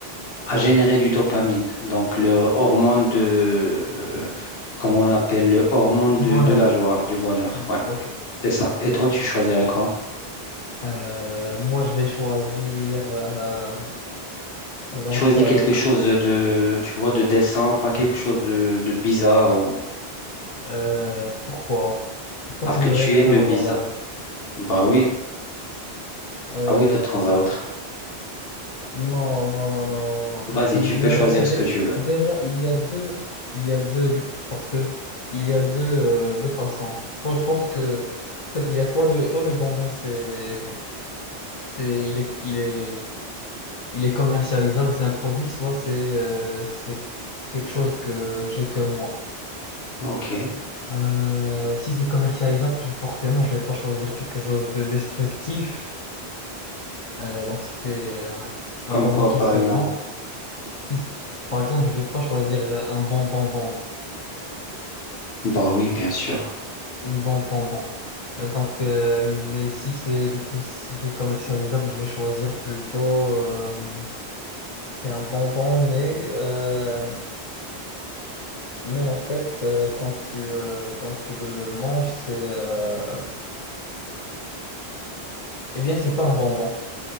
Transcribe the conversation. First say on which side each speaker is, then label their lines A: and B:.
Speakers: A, on the left (about 70°); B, on the left (about 50°).
A: à générer du dopamine, donc le
B: Ok.
A: hormone de, euh, comment on l'appelle, le hormone de,
B: Du bonheur.
A: de la joie, du bonheur, ouais,
B: Ok.
A: c'est ça. Et toi, tu choisirais quoi?
B: Euh, moi, je vais choisir. euh, donc,
A: Choisis
B: ça va
A: quelque
B: être.
A: chose de, tu vois, de décent, pas quelque chose de, de bizarre, ou...
B: euh, pourquoi? Pourquoi
A: parce
B: je
A: que
B: me
A: tu
B: restreins
A: aimes le bizarre.
B: dans la vie?
A: Bah oui,
B: Euh,
A: bah oui, de temps à autre.
B: non, non, non, non, non,
A: Vas-y,
B: non.
A: tu peux
B: Mais
A: choisir
B: en fait,
A: ce
B: dé-
A: que tu veux.
B: déjà, il y a deux. Il y a deux, du coup, parce que il y a deux, euh, deux façons. Moi, je pense que. En fait, il y a soit le, soit le bonbon, c'est, c'est, il est, il est, il est commercialisable, c'est un produit, soit c'est euh, c'est quelque chose que j'ai que moi.
A: Ok,
B: Euh, si c'est commercialisable, je- forcément, je vais pas choisir quelque chose de destructif. Euh, donc, si c'est euh, un, un
A: comme
B: bonbon
A: quoi,
B: qui
A: par
B: se
A: exemple?
B: vend, si- par exemple, je vais pas choisir euh, un bonbon bombe,
A: Bah oui, bien sûr.
B: une bombe bonbon. Euh, donc, euh, mais si c'est du coup, si c'est commercialisable, je vais choisir plutôt. euh, c'est un bonbon, mais euh, mais en fait, euh, quand tu euh, quand tu le manges, c'est euh, eh bien, c'est pas un bonbon.